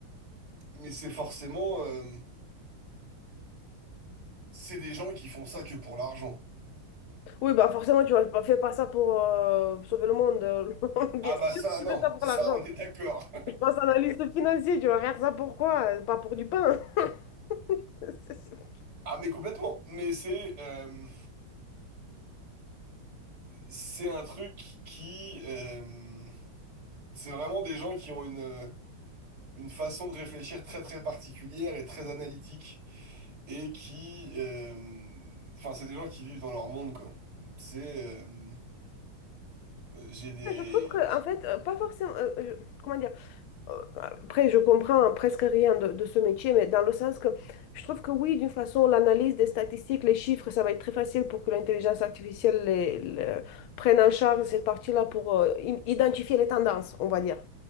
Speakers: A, on the right; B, on the left.
A: mais c'est forcément. euh, c'est des gens qui font ça que pour l'argent.
B: oui, bah forcément, tu ne fais pas ça pour euh, sauver le monde. euh, <laughs> Bien
A: Ah bah
B: sûr,
A: ça,
B: que tu
A: non,
B: fais ça pour
A: ça
B: l'argent.
A: on est d'accord.
B: Je pense analyste financier, tu vas faire ça pour quoi? Pas pour du pain. <laughs> <laughs> Je
A: Ah mais complètement, mais c'est euh, c'est un truc qui euh, c'est vraiment des gens qui ont une euh, une façon de réfléchir très très particulière et très analytique et qui euh, enfin c'est des gens qui vivent dans leur monde quoi. C'est euh, j'ai des
B: trouve que, en fait, euh, pas forcément. euh, euh, comment dire? Euh, Après, je comprends presque rien de, de ce métier, mais dans le sens que je trouve que oui, d'une façon, l'analyse des statistiques, les chiffres, ça va être très facile pour que l'intelligence artificielle les- le- prenne en charge cette partie-là pour euh, i- identifier les tendances, on va dire,